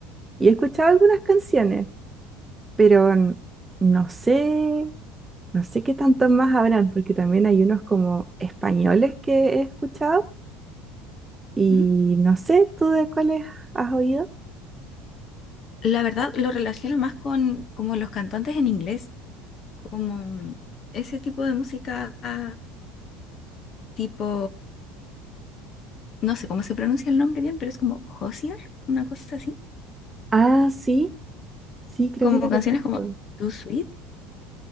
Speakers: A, on the right; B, on the left.
A: Y he escuchado algunas canciones, pero n- no sé, no sé qué tantos más habrán, porque también hay unos como españoles que he escuchado Y
B: Ujú.
A: no sé, ¿tú de cuáles has oído?
B: La verdad, lo relaciono más con como los cantantes en inglés, como ese tipo de música ah, tipo, no sé cómo se pronuncia el nombre bien, pero es como Hozier, una cosa así,
A: Ah, sí, sí, creo
B: como
A: que la
B: canciones
A: conozco.
B: como Too Sweet,